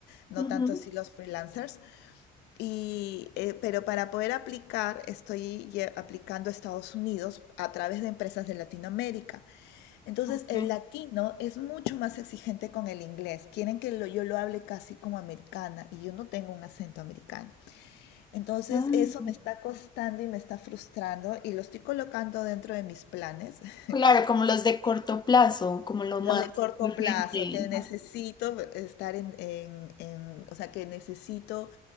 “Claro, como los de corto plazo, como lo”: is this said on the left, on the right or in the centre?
Left